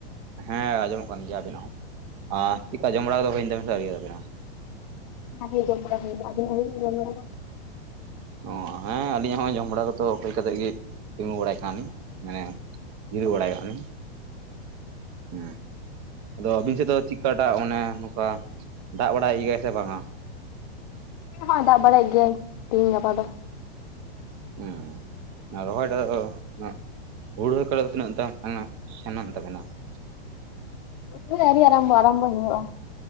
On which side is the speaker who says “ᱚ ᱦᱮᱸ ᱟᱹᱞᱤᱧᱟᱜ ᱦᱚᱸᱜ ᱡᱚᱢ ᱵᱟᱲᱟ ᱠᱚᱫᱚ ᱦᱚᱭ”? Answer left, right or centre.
Right